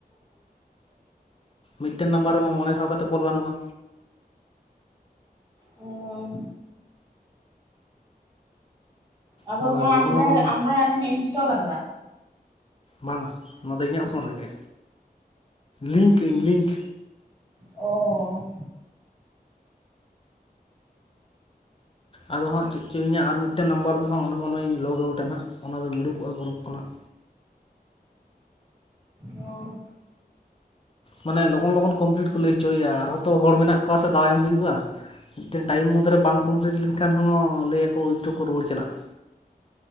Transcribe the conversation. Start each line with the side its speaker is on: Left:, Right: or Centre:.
Left: ᱢᱤᱫᱴᱮᱱ ᱱᱟᱢᱵᱟᱨ ᱨᱮᱢᱟ ᱢᱚᱬᱮ ᱫᱷᱟᱣ ᱠᱟᱛᱮ ᱠᱚᱞ ᱜᱟᱱᱚᱜᱼᱟ᱾
Right: ᱚ ᱟᱫᱚ
Left: ᱦᱳᱭ
Right: ᱱᱚᱣᱟ
Left: ᱞᱚᱜᱚᱱ
Right: ᱟᱢ ᱵᱷᱟᱭ
Left: ᱞᱚᱜᱚᱱ
Right: ᱟᱢ ᱵᱷᱟᱭᱟᱜ ᱟᱨᱦᱚᱢ ᱤᱱᱥᱴᱚᱞ ᱟᱠᱟᱫᱟ?
Left: ᱵᱟᱝᱟ ᱱᱚᱰᱮ ᱤᱧᱟᱹᱜ ᱯᱷᱳᱱ ᱨᱮᱜᱮ ᱞᱤᱝᱠ ᱟᱹᱧ ᱞᱤᱝᱠ᱾
Right: ᱚᱻ
Left: ᱟᱫᱚ ᱦᱟᱸᱜ ᱪᱮᱫ ᱪᱚ ᱤᱧᱟᱹᱜ ᱟᱨ ᱢᱤᱫᱴᱮᱱ ᱱᱟᱢᱵᱟᱨ ᱫᱚᱦᱟᱸᱜ ᱚᱸᱰᱮ ᱠᱷᱚᱱᱤᱧ ᱞᱚᱜ ᱟᱣᱩᱴᱟ ᱦᱟᱸᱜ ᱚᱱᱟᱫᱩᱧ ᱩᱰᱩᱠᱚᱜᱼᱟ ᱜᱩᱨᱩᱯ ᱠᱷᱚᱱᱟᱜ᱾
Right: ᱚ
Left: ᱢᱟᱱᱮ ᱞᱚᱜᱚᱱ ᱞᱚᱜᱚᱱ ᱠᱚᱢᱯᱤᱞᱤᱴ ᱠᱚ ᱞᱟᱹᱭ ᱦᱚᱪᱚᱭᱮᱜᱼᱟ ᱟᱨᱦᱚᱸ ᱛᱚ ᱦᱚᱲ ᱢᱮᱱᱟᱜ ᱠᱚᱣᱟ ᱥᱮ ᱫᱟᱣ ᱮᱢ ᱦᱩᱭᱩᱜᱼᱟ᱾ ᱢᱤᱫᱴᱮᱱ ᱴᱟᱭᱤᱢ ᱢᱚᱫᱽᱫᱷᱮᱨᱮ ᱵᱟᱝ ᱠᱚᱢᱯᱤᱞᱤᱴ ᱞᱮᱱᱠᱷᱟᱱ ᱦᱚᱸ ᱞᱟᱹᱭᱟᱠᱚ ᱮᱴᱩᱠᱩ ᱨᱩᱣᱟᱹᱲ ᱪᱟᱞᱟᱜᱼᱟ᱾